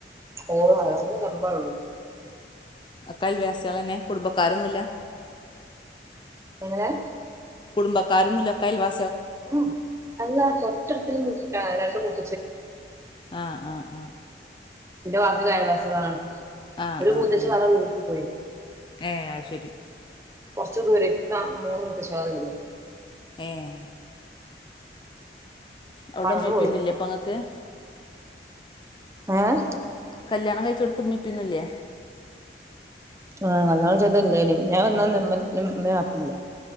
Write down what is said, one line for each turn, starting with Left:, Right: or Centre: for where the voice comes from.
Right: ഓ അതന്ന് നമ്പാഴള്ളൂ
Left: കൽ വ്യാസികൾ തന്നെ കുടുംബക്കാരൊന്നുമ ഇല്ല
Right: എങ്ങനെ
Left: കുടുംബക്കാരൊന്നുല്ലക്കൊയൽ വ
Right: ഉ അല്ലാ തൊട്ടടുത്തും മൂട്ടിട്ടാണ് രണ്ടട്ട
Left: ആഹ് ആഹ് ആഹ
Right: എന്റെ വാക്ക് കായബാസ കാണ്
Left: ആഹ്
Right: ഒരു
Left: ആഹ്
Right: മൂത്തച്
Left: ആഹ്
Right: വറ വർത്ത് പോയി
Left: ഏഹ് അത് ശരി
Right: കൊറച്ച ദൂര മൂന്ന്ത്തെമാരുണ്ട്
Left: ഏഹ്
Right: അപ്പൊ
Left: അവിടെമ്മയപ്പന്നില്ലേ
Right: അങ്ങനെ പോയി
Left: അപ്പൊ അങ്ങക്ക്
Right: ആഏ
Left: കല്യാണം കഴിച്ചോടുത്തുമ്മിപ്പന്നല്ലേ
Right: ആഹല്ല ചതല്ലനും ഞാൻ വന്നാമ്മപ്പില്ല